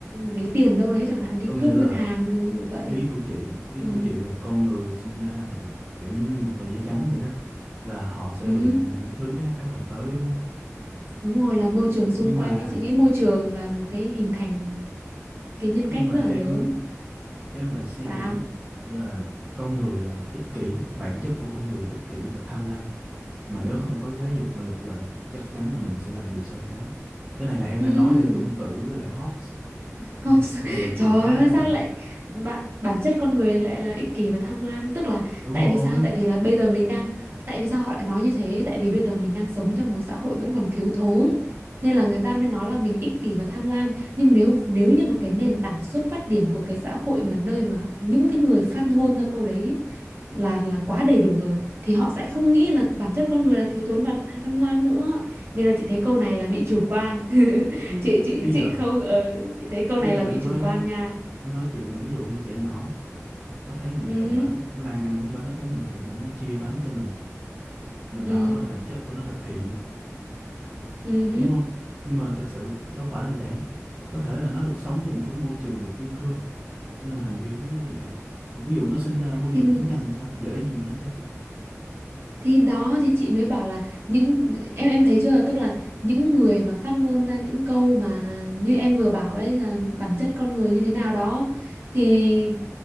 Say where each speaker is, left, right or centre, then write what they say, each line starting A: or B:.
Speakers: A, on the right; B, on the right.
A: lấy tiền đâu đấy chẳng hạn đi
B: có
A: cướp
B: nghĩa là
A: ngân hàng kiểu vậy
B: ý của chị ý
A: ừ.
B: của chị là con người sinh ra là một kiểu giống như một tờ giấy trắng vậy đó là họ sẽ
A: Ừ.
B: bị những cái thứ khác tác động tới đúng không
A: Đúng rồi là môi trường xung
B: nhưng
A: quanh
B: mà
A: ấy chị nghĩ môi trường là một cái hình thành cái nhân
B: nhưng
A: cách
B: mà
A: rất
B: em
A: là lớn
B: em lại suy
A: sao
B: nghĩ là con người là ích kỷ bản chất của con người là ích kỷ và tham lam mà nếu không có giáo dục và luật lệ chắc chắn là mình sẽ làm điều sai trái cái này là em
A: ừ
B: đang nói theo Tuân Tử với lại Hobbes
A: Không,
B: nha
A: sao-
B: cái này
A: <laughs>
B: là trường
A: trời
B: phái
A: ơi
B: ác
A: sao
B: bản
A: lại bạn bản chất con người lại là ích kỷ và tham lam tức là
B: đúng
A: tại
B: rồi
A: vì sao tại vì là bây giờ mình đang tại vì sao họ lại nói như thế tại vì bây giờ mình đang sống trong một xã hội vẫn còn thiếu thốn nên là người ta mới nói là mình ích kỷ và tham lam nhưng nếu nếu như mà cái nền tảng xuất phát điểm của cái xã hội mà nơi mà những cái người phát ngôn ra câu đấy ấy, là là quá đầy đủ rồi thì họ sẽ không nghĩ là bản chất con người là thiếu thốn và tham lam nữa nên là chị thấy câu này là bị chủ quan <laughs>
B: ừ.
A: chị chị
B: chứ giờ
A: chị không ờ, chị thấy câu
B: chứ
A: này
B: giờ
A: là bị
B: em nói
A: chủ quan nha
B: em nói chị này ví dụ như trẻ nhỏ nó thấy mình
A: ừ
B: thèm
A: hứ,
B: bánh nó đang ăn miếng bánh nó thấy mình thèm bánh nó chia bánh cho mình mình
A: ừ
B: bảo nó là bản chất của nó là thiện
A: ừ hứ.
B: đúng không nhưng mà thực sự đâu phải là vậy có thể là nó được sống trong một cái môi trường được yêu thương cho nên là hành vi nó mới như vậy còn ví dụ nó sinh ra môi
A: thì
B: trường chiến tranh sao dễ gì mà nó cho
A: thì đó thì chị mới bảo là những em em thấy chưa tức là những người mà phát ngôn ra những câu mà như em vừa bảo ấy là bản chất con người như thế nào đó thì